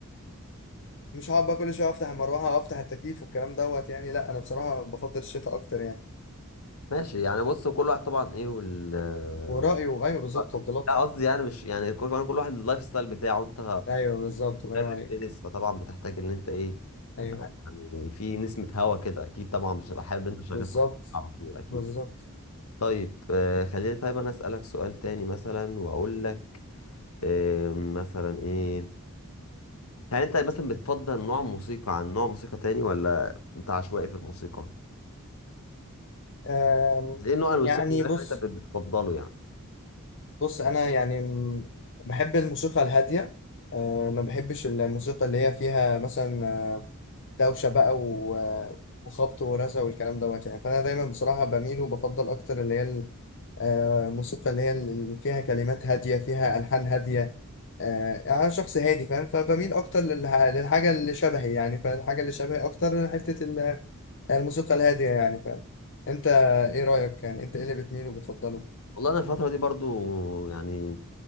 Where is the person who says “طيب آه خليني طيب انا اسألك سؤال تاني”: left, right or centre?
Left